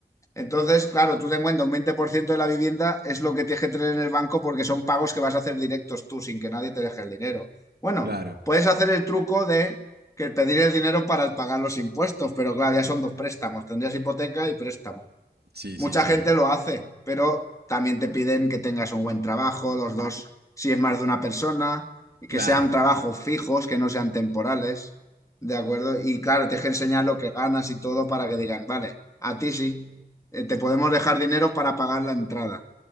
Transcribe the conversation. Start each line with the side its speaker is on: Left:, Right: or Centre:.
Left: Entonces, claro, tú te cuenta, un 20% de la vivienda es lo que tienes que tener en el banco porque son pagos que vas a hacer directos tú sin que nadie te deje el dinero. Bueno,
Right: claro.
Left: puedes hacer el truco de que pedir el dinero para pagar los impuestos, pero claro, ya son dos préstamos, tendrías hipoteca y préstamo.
Right: Sí,
Left: Mucha
Right: sí, sí.
Left: gente lo hace, pero también te piden que tengas un buen trabajo, los dos, si es más de una persona, y que
Right: Claro,
Left: sean trabajos fijos, que no sean temporales, ¿de acuerdo? Y claro, tienes que enseñar lo que ganas y todo para que digan, vale, a ti sí, eh, te podemos dejar dinero para pagar la entrada,